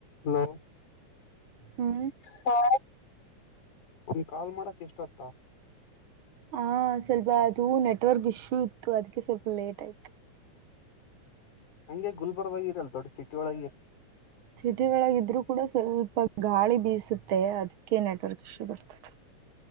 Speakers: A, on the left; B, on the right.
A: Hello
B: ಹಾ
A: ಹಾ ಒಂದು ಕಾಲ್ ಮಾಡಕ್ ಇಷ್ಟ್ ಹೊತ್ತ
B: ಹ ಸ್ವಲ್ಪ ಅದು ನೆಟ್ ವರ್ಕ್ ಇಶ್ಯೂ ಇತ್ತು ಅದಕ್ಕೆ ಸ್ವಲ್ಪ ಲೇಟ್ ಆಯ್ತು.
A: ಹಂಗೆ ಗುಲ್ಬರ್ಗ ಇರಲ್ಲ ದೊಡ್ಡ ಸಿಟಿ ಒಳಗೆ.
B: ಸಿಟಿ ಒಳಗೆ ಇದ್ರೂ ಕೂಡ ಸ್ವಲ್ಪ ಗಾಳಿ ಬೀಸುತ್ತೆ ಅದಕ್ಕೆ ನೆಟ್ ವರ್ಕ್ ಇಶ್ಯೂ ಬರುತ್ತೆ.